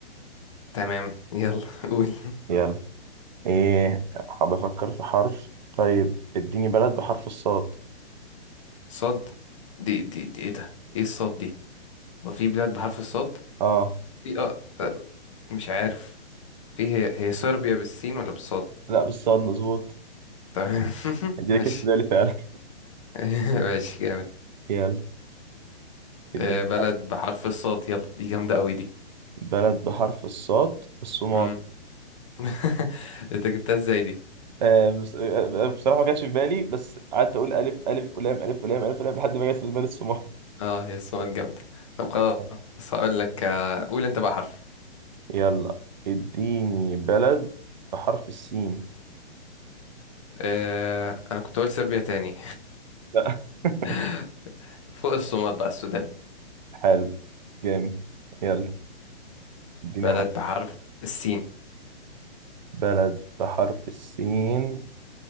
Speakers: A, on the left (about 30°); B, on the right (about 45°).
A: تمام يلا <laughs> قول
B: يلا ايه حاب افكر في حرف طيب اديني بلد بحرف الصاد
A: صاد دي دي دي ايه ده ايه الصاد دي هو في بلاد بحرف الصاد
B: اه
A: في اه آه، مش عارف في هي هي صربيا بالسين ولا بالصاد
B: لا بالصاد مظبوط
A: تمام <laughs>
B: اديني
A: ماشي
B: كانت في بالي فعلا
A: <laughs> ماشي جامد
B: <laughs> يلا اديني
A: آه، بلد بحرف الصاد يلا دي جامدة قوي دي
B: بلد بحرف الصاد الصومال
A: مم. <laughs> انت جبتها ازاي دي
B: آه بس آه آه، آه، بصراحة ما جاتش في بالي بس قعدت أقول ألف ألف ولام ألف ولام ألف ولام لحد ما جت في دماغي الصومال
A: اه هي الصومال جامدة طب خلاص
B: <laughs>
A: هقول لك آه، قول انت بقى حرف
B: يلا اديني بلد بحرف السين
A: آه، انا كنت اقول صربيا تاني
B: لا <laughs>
A: <laughs> فوق الصومال بقى السودان
B: حلو جامد يلا اديني
A: بلد
B: حرف
A: بحرف السين
B: بلد بحرف السين